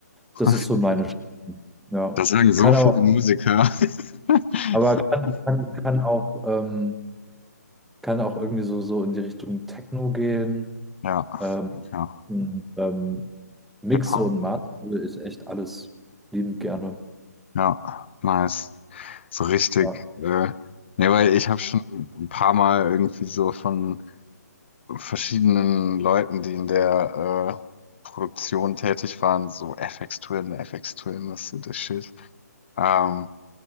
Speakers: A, on the left; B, in the centre.
A: <laughs>
B: das ist so meine Stimme. Ja.
A: Das sagen so
B: Kann
A: viele
B: aber,
A: Musiker. <laughs>
B: aber kann, kann, kann auch, ähm, kann auch irgendwie so, so in die Richtung Techno gehen.
A: Ja,
B: Ähm,
A: ja.
B: ähm, Mixe
A: Hip-Hop.
B: und Master ist echt alles liebend gerne.
A: Ja, nice. So richtig.
B: Ja.
A: Äh, ja, weil ich habe schon ein paar Mal irgendwie so von verschiedenen Leuten, die in der äh, Produktion tätig waren, so FX Twin, FX Twin, was ist das Shit? Ähm,